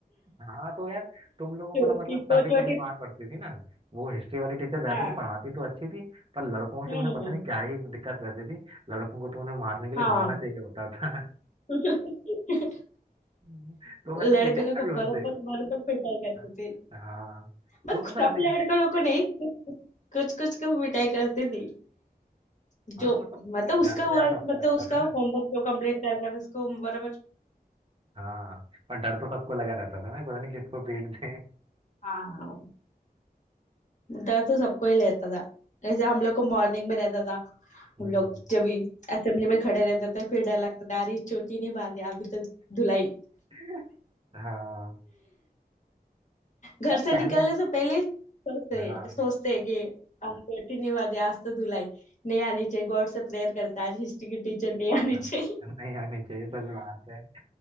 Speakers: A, on the right (about 35°); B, on the left (about 50°).
A: हाँ तो यार तुम लोगों
B: छोटी
A: को तो मतलब
B: तो
A: कभी
B: छोटी
A: कभी मार पड़ती थी ना वो हिस्ट्री वाली टीचर वैसे
B: हाँ
A: तो पढ़ाती तो अच्छी थी पर लड़कों से
B: हम्म
A: उन्हें पता नहीं क्या ही दिक्कत रहती थी लड़कों को तो उन्हें मारने के लिए
B: हाँ
A: बहाना चाहिए होता था
B: <laughs>
A: <laughs> तुम ऐसे
B: लड़के
A: पिटे भी
B: लोग को
A: कभी उनसे
B: बर्फ बर्फ तक पिटाई करती
A: हाँ
B: थी
A: हाँ,
B: बट
A: तुम तो
B: सब
A: शायद नहीं-
B: लड़के लोग को नहीं कुछ कुछ को पिटाई करती थी जो
A: हाँ मतलब
B: मतलब उसका
A: डर तो
B: वर्क
A: यार सबको
B: मतलब
A: लगता
B: उसका
A: था ना
B: होमवर्क जो कंप्लीट करता था उसको बराबर
A: हाँ पर डर तो सबको लगा रहता था ना पता नहीं किसको पीट दे
B: हाँ हाँ डर तो सबको ही लेता था जैसे हम लोग को मॉर्निंग में रहता था
A: हम्म,
B: हम लोग जब भी असेंबली में खड़े रहते थे फिर डर लगता था अरे चोटी नहीं बांधी अभी तो धुलाई
A: <laughs> हाँ
B: घर
A: पर
B: से
A: पहले
B: निकलने से पहले ही सोचते
A: हाँ
B: सोचते हैं कि आज छुट्टी नहीं वादे आज तो धुलाई नहीं आनी चाहिए गॉड से प्रेयर करता है, आज हिस्ट्री की टीचर नहीं आनी
A: हाँ
B: चाहिए
A: नहीं आनी चाहिए सच बात है